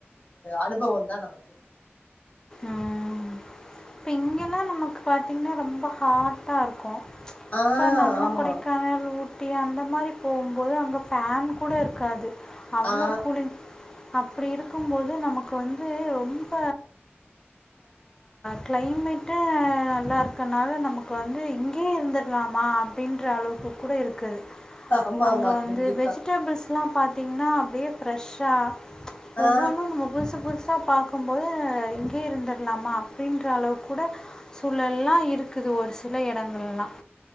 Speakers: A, on the left; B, on the left.
A: அனுபவம் தான் நமக்கு
B: ம். இப்ப இங்கெல்லாம் நமக்கு பார்த்திங்ன்னா ரொம்ப ஹார்டாருக்கும்
A: ஆ
B: <unintelligible>
A: ஆமா
B: ட்டி அந்த மாரி போ எப்போதும் அங்க ஃபேன் கூட இருக்காது அவ்ளோ
A: ஆ
B: கூலிங் அப்படி இருக்கும்போது நமக்கு வந்து ரொம்ப க்கிளைமேட் நல்லா இருக்கனால நமக்கு வந்து இங்கே இருந்துடுலாமா அப்படின்ற அளவுக்கு கூட இருக்கு
A: ஆமா
B: அங்க
A: ஆமா
B: வந்து
A: கண்டிப்பா
B: வெஜிடபிள்ஸ்லாம் பார் தின்னா அப்டியே ஃப்ரெஷ்ஷா
A: ஆ
B: ஒவ்வொன்னும் நம்ம புதுசு புதுசா பாக்கும்போது இங்கே இருந்துடலாமா அப்படின்ற அளவு கூட சூழெல்லாம் இருக்குது ஒரு சில இடங்கள்ல்லாம்